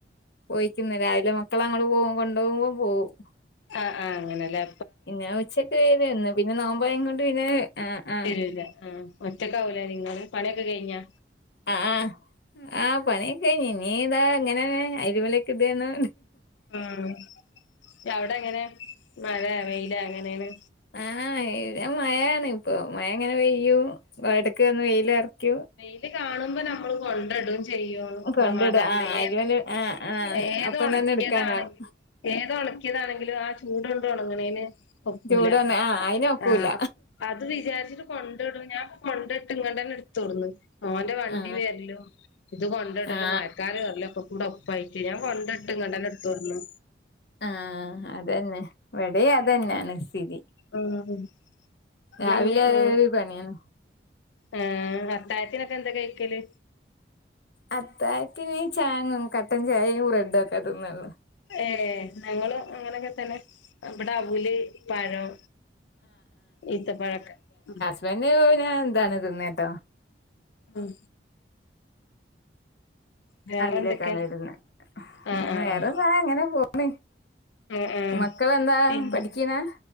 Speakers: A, on the left; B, on the left.
A: പോയ്ക്ക്‌ന്ന് രാവിലെ മക്കളഅങ്ങട് പോയ്ക് കൊണ്ടോവുമ്പോപോവും.
B: ആഹ് ആഹ് അങ്ങനെലേ?
A: പിന്ന ഉച്ചയ്ക്ക് വേര്ന്ന് പിന്നെ നോമ്പയ് കൊണ്ട് പിന്നെ ആഹ്, ആഹ്
B: ഇല്ല ആഹ് ഒറ്റക്കാവുലെ നിങ്ങളെ പണിയൊക്കെ കയ്ഞ്ഞാ?
A: ആഹ് ആഹ് പണിയൊകയ്ഞ്ഞി ഇതാ ഇങ്ങനെ അയൽമലൊക്കെ ഇടേന്നു
B: ഉം റ്റഅവിടെ എങ്ങനെ മയെ വെയ്ലോ എങ്ങനെണ്?
A: ആഹ് ഇടെമയാണിപ്പൊ മയങ്ങനെ പെയ്യും എടക്ക് ഒന്ന് വെയിലറിക്കു
B: വെയ്ല് കാണുമ്പോ നമ്മള് കൊണ്ട്ടും. ചെയ്യോ
A: കൊണ്ടിട
B: സമാധാനംണ്ട്
A: ആ അയലുമല്
B: ഏത്
A: ആ ആ
B: ഏത്
A: അപ്പം
B: ഒണക്കിയതാണെങ്കിലും
A: തന്നെ എടുക്കാനാവും
B: ഏത് ഒണക്കിയതാണെങ്കിലും ആ ചൂട്ണ്ട് ഒണങ്ങ്ണേന്ഒക്കൂല
A: ചൂട് വന്ന ആ അയിനൊക്കൂല
B: ആഹ് അത് വിചാരിച്ചിട്ട് കൊണ്ട്ഇടു ഞാൻപ്പോ കൊണ്ടിട്ട് ഇങ്ങോണ്ടന്നെ ഇട്ത്തോട്ന്ന്. ഓന്റെ വണ്ടിവെര്ല്ലും
A: ആ
B: ഇത് കൊണ്ടടലും
A: ആ
B: മയക്കാർ വേരെലും ഒക്കെകൂടെ ഒപ്പായിട്ട് ഞാൻ കൊണ്ടട്ട് ഇങ്ങട്ടെന്നെ ഇട്ത്ത് കൊട്ന്നു.
A: ആഹ് അതെന്നെ ഇവടിം അതെന്നെണ് സ്ഥിതി.
B: ആഹ് അന്നഞ്ഞി
A: രാവിലെ
B: ന്നു
A: ഒരു പണിയാണ്
B: ആഹ് അത്തായത്തിനൊക്കെ എന്താ കയ്ക്കല്?
A: അത്താത്തിന് ചാങ്ങും കട്ടൻചായിം ബ്രെഡൊക്കെ തിന്നല്.
B: ഏഹ് ഞങ്ങളും അങ്ങനെയൊക്കെതെന്നെ. ഇബടെ അവുല് പഴം, ഈത്തപയൊക്കെ ഉം
A: ഇവന്പിന്നെ എന്താണ്തിന്നട്ടോ?
B: ഉം വേറെ
A: അവിലൊക്കാണ്
B: എന്തൊക്കെ
A: ഇടുന്നേ
B: ആഹ് ആഹ്
A: വേറെന്താ
B: ആഹ്
A: ഇങ്ങനെപോണ്.
B: ആഹ് ആഹ്
A: മക്കളെന്താ
B: പിന്നെ
A: പഠിക്കീനെ?